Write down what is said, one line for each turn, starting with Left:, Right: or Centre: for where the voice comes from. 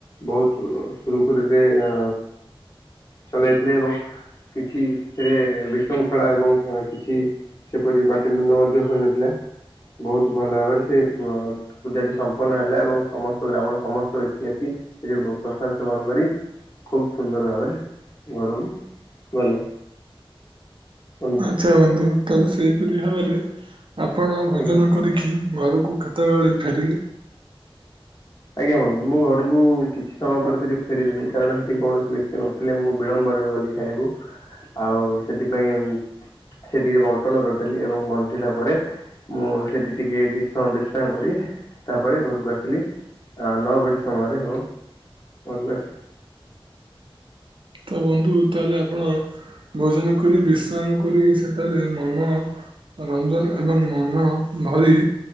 Left: ବୋହୁତ ସୁରୁଖୁରୁରେ ଅଁ ଚଲାଇଥିଲେ ଏବଂ କିଛି ଏଥିରେ ବିଶୃଙ୍ଖଳା ଏବଂ କିଛି ସେପରି ପାଟିତୁଣ୍ଡ ମଧ୍ୟ ହୋଇନଥିଲା। ବୋହୁତ ଭଲ ଭାବରେ ସିଏ ୱା ପୂଜାଟି ସମ୍ପନ୍ନ ହେଲା ଏବଂ ସମସ୍ତ ଗ୍ରାମର ସମସ୍ତ ବ୍ୟକ୍ତି ଆସି ସେଥିରେ ପ୍ରସାଦ ସେବନ କରି ଖୁବ ସୁନ୍ଦର ଭାବରେ ଘରକୁ ଗଲେ। ବନ୍ଧୁ
Right: ଆଛା ବନ୍ଧୁ ତାହେଲେ ସେହିପରି ଭାବରେ ଆପଣ ଭୋଜନ
Left: ଆଜ୍ଞା
Right: କରିକି ଘରକୁ କେତେବେଳେ ଫେରିଲେ?
Left: ଆଜ୍ଞା ବନ୍ଧୁ ମୁଁ ଘରକୁ କିଛି ସମୟ ପରେ ସେଠି ଫେରିଲିନି କାରଣ ସେଠି କୌଣସି ବ୍ୟକ୍ତି ନ ଥିଲେ ମୁଁ ବିଳମ୍ବରେ ଗଲି ଖାଇବାକୁ ଆଉ ସେଥିପାଇଁ ଏମ୍ ସେ ଟିକେ ବଣ୍ଟନ କରିଦେଲି ଏବଂ ବଣ୍ଟିଲା ପରେ ମୁଁ ସେଇଠି ଟିକେ କିଛି ସମୟ ବିଶ୍ରାମ କରି ତାପରେ ଘରକୁ ଆସିଲି। ଆ ନଅ ଘଡ଼ି ସମୟରେ ହେବ ଘରକୁ ଆସିଲି।
Right: ତ ବନ୍ଧୁ ତାହେଲେ ଆପଣ ଭୋଜନ କରି ବିଶ୍ରାମ କରି ସେଠାରେ ମନ ରଞ୍ଜନ ଏବଂ ମନ ଭରି